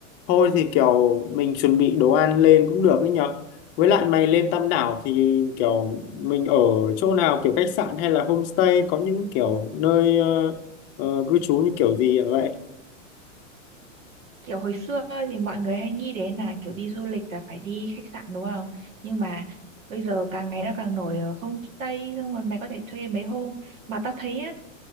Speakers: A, on the left; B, on the right.
A: thôi thì kiểu mình chuẩn bị đồ ăn lên cũng được ấy nhở với lại mày lên Tam Đảo thì kiểu mình ở chỗ nào kiểu khách sạn hay là homestay có những kiểu nơi ờ, ờ, cư trú như kiểu gì vậy
B: kiểu hồi xưa thì mọi người hay nghĩ đến là kiểu đi du lịch là phải đi khách sạn đúng không nhưng mà bây giờ càng ngày nó càng nổi ở homestay xong rồi mày có thể thuê mấy hôm mà tao thấy á